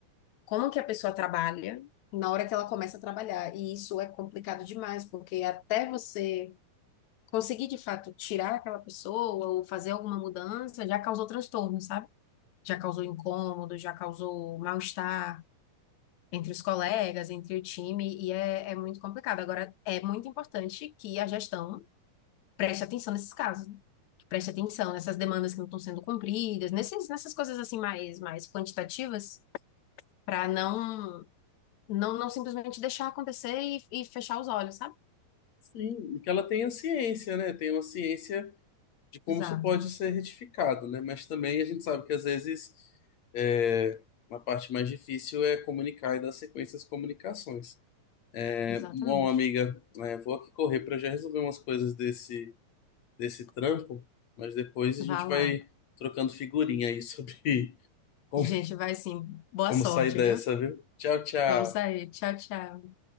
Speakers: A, on the left (about 70°); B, on the left (about 55°).
A: como que a pessoa trabalha na hora que ela começa a trabalhar. E isso é complicado demais, porque até você conseguir de fato tirar aquela pessoa ou fazer alguma mudança já causou transtorno, sabe? Já causou incômodo, já causou mal-estar. Entre os colegas, entre o time, e é, é muito complicado. Agora, é muito importante que a gestão preste atenção nesses casos. né? preste atenção nessas demandas que não estão sendo cumpridas, nesses, nessas coisas assim mais, mais quantitativas, para não, não não simplesmente deixar acontecer e, e fechar os olhos, sabe?
B: Sim, e que ela tenha ciência, né? tem uma ciência de como
A: Exato,
B: isso pode ser retificado, né? Mas também a gente sabe que às vezes é, a parte mais difícil é comunicar e dar sequência às comunicações. É,
A: exatamente.
B: bom, amiga, é, vou aqui correr para já resolver umas coisas desse, desse trampo, mas depois a gente
A: Vá lá.
B: vai trocando figurinha aí sobre <laughs> como,
A: Gente, vai sim. Boa
B: como
A: sorte,
B: sair dessa,
A: viu?
B: viu? Tchau, tchau.
A: Vamos sair. Tchau, tchau.